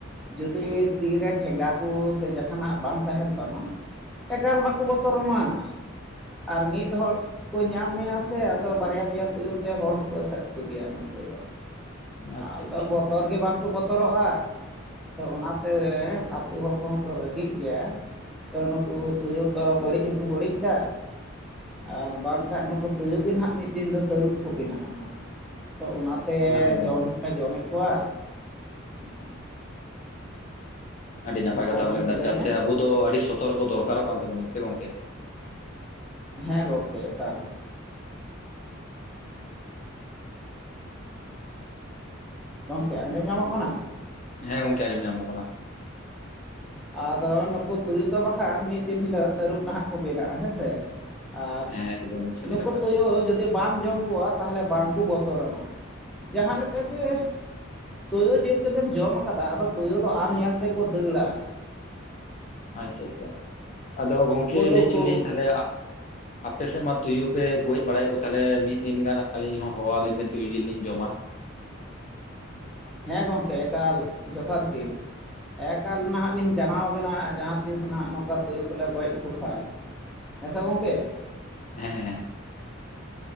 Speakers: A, in the centre; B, on the left.
A: ᱡᱩᱫᱤ ᱛᱤᱨᱮ ᱴᱷᱮᱸᱜᱟ ᱠᱚ ᱥᱮ ᱡᱟᱦᱟᱱᱟᱜ ᱵᱟᱝ ᱛᱟᱦᱮᱱ ᱛᱟᱢᱟ ᱮᱠᱟᱞ ᱵᱟᱠᱚ ᱵᱚᱛᱚᱨ ᱟᱢᱟ ᱾ ᱟᱨ ᱢᱤᱫ ᱦᱚᱲ ᱠᱚ ᱧᱟᱢ ᱢᱮᱭᱟ ᱥᱮ ᱟᱫᱚ ᱵᱟᱨᱭᱟ ᱯᱮᱭᱟ ᱛᱩᱭᱩ ᱛᱮ ᱦᱚᱲ ᱦᱚᱸᱠᱚ ᱮᱥᱮᱫ ᱜᱮᱭᱟ ᱱᱩᱠᱩ ᱫᱚ
B: ᱟᱪᱪᱷᱟ
A: ᱟᱫᱚ
B: ᱟᱪᱪᱷᱟ
A: ᱵᱚᱛᱚᱨ ᱜᱮ ᱵᱟᱝᱠᱚ ᱵᱚᱛᱚᱨᱚᱜᱼᱟ ᱛᱚ ᱚᱱᱟᱛᱮ ᱟᱛᱳ ᱦᱚᱲ ᱠᱚᱦᱚᱸ ᱠᱚ ᱨᱮᱜᱤᱜ ᱜᱮᱭᱟ, ᱛᱚ ᱱᱩᱠᱩ ᱛᱩᱭᱩ ᱛᱚ ᱵᱟᱹᱲᱤᱡ ᱦᱚᱸᱠᱚ ᱵᱟᱹᱲᱤᱡ ᱮᱫᱟ᱾ ᱟᱨ ᱵᱟᱝᱠᱷᱟᱱ ᱱᱩᱠᱩ ᱛᱩᱭᱩ ᱜᱮ ᱱᱟᱦᱟᱜ ᱢᱤᱫ ᱫᱤᱱ ᱫᱚ ᱛᱟᱹᱨᱩᱵ ᱠᱚ ᱵᱮᱱᱟᱜᱼᱟ ᱱᱟᱦᱟᱜ᱾ ᱛᱚ ᱚᱱᱟᱛᱮ
B: ᱚᱱᱟᱜᱮ
A: ᱡᱚᱢ
B: ᱜᱚᱝᱠᱮ
A: ᱦᱚᱞᱮ ᱡᱚᱢᱮᱫ ᱠᱚᱣᱟ᱾
B: <inaudible> ᱟᱹᱰᱤ ᱱᱟᱯᱟᱭ ᱠᱟᱛᱷᱟ
A: ᱦᱮᱸ
B: ᱵᱚᱱ
A: ᱜᱚᱢᱠᱮ
B: ᱞᱟᱹᱭ ᱠᱟᱫᱟ ᱪᱮᱫᱟᱜ
A: ᱢᱮ
B: ᱥᱮ ᱟᱵᱚ ᱫᱚ ᱟᱹᱰᱤ ᱥᱚᱛᱚᱨᱠᱚ ᱫᱚᱨᱠᱟᱨᱚᱜ ᱠᱟᱱ ᱛᱟᱵᱚᱱᱟ ᱥᱮ ᱪᱮᱫ ᱜᱚᱝᱠᱮ?
A: ᱦᱮᱸ ᱜᱚᱢᱠᱮ ᱮᱠᱟᱞ᱾
B: <unintelligible>
A: ᱜᱚᱢᱠᱮ ᱟᱸᱡᱚᱢ ᱧᱟᱢᱚᱜ ᱠᱟᱱᱟ?
B: ᱦᱮᱸ ᱜᱚᱝᱠᱮ ᱟᱡᱚᱢ ᱧᱟᱢᱚᱜ ᱠᱟᱱᱟ᱾
A: ᱟᱫᱚ ᱱᱩᱠᱩ ᱛᱩᱭᱩ ᱫᱚ ᱵᱟᱠᱷᱟᱱ ᱢᱤᱫ ᱫᱤᱱ ᱦᱤᱞᱳᱜ ᱛᱟᱹᱨᱩᱵ ᱱᱟᱦᱟᱜ ᱠᱚ ᱵᱮᱱᱟᱜᱼᱟ ᱦᱮᱸᱥᱮ᱾ ᱟᱨ
B: ᱦᱮᱸ ᱮᱠᱫᱚᱢ ᱥᱟᱹᱨᱤ
A: ᱱᱩᱠᱩ
B: ᱠᱟᱛᱷᱟ
A: ᱛᱩᱭᱩ ᱡᱩᱫᱤ ᱵᱟᱢ ᱡᱚᱢ ᱛᱟᱦᱚᱞᱮ ᱵᱟᱝᱠᱚ ᱵᱚᱛᱚᱨᱟᱢᱟ ᱡᱟᱦᱟᱸ ᱞᱮᱠᱟ ᱜᱮ ᱛᱩᱭᱩ ᱡᱤᱞ ᱡᱩᱫᱤᱢ ᱡᱚᱢ ᱟᱠᱟᱫᱟ ᱟᱫᱚ ᱛᱩᱭᱩ ᱫᱚ ᱟᱢ ᱧᱮᱞ ᱛᱮᱠᱚ ᱫᱟᱹᱲᱟ ᱾
B: ᱟᱪᱪᱷᱟ ᱟᱪᱪᱷᱟ᱾ <inaudible> ᱟᱫᱚ ᱜᱚᱝᱠᱮ
A: ᱜᱩᱰᱩ
B: ᱞᱟᱹᱭ ᱦᱚᱪᱚ
A: ᱠᱚ
B: ᱮᱫ ᱟᱹᱞᱤᱧ ᱛᱟᱦᱚᱞᱮ ᱟ ᱟᱯᱮ ᱥᱮᱫ ᱢᱟ ᱛᱩᱭᱩ ᱯᱮ ᱜᱚᱡ ᱵᱟᱲᱟᱭᱮᱫ ᱠᱚ ᱛᱟᱦᱚᱞᱮ ᱢᱤᱫ ᱫᱤᱱ ᱜᱟᱱ ᱟᱹᱞᱤᱧ ᱦᱚᱸ ᱦᱚᱦᱚᱣᱟᱞᱤᱧ ᱵᱮᱱ ᱛᱩᱭᱩ ᱡᱤᱞ ᱞᱤᱧ ᱡᱚᱢᱟ ᱾
A: ᱦᱮᱸ ᱜᱚᱢᱠᱮ ᱮᱠᱟᱞ ᱡᱚᱛᱷᱟᱛ ᱜᱮ ᱾ ᱮᱠᱟᱞ ᱱᱟᱦᱟᱜ ᱞᱤᱧ ᱡᱟᱱᱟᱣ ᱟᱵᱮᱱᱟ ᱡᱟᱦᱟᱸ ᱛᱤᱥ ᱱᱟᱦᱟᱜ ᱱᱚᱝᱠᱟ ᱛᱩᱭᱩ ᱠᱚᱞᱮ ᱜᱚᱡ ᱞᱮᱠᱚ ᱠᱷᱟᱡ ᱾ ᱦᱮᱸᱥᱮ ᱜᱚᱢᱠᱮ ᱾
B: ᱦᱮᱸ ᱦᱮᱸ ᱾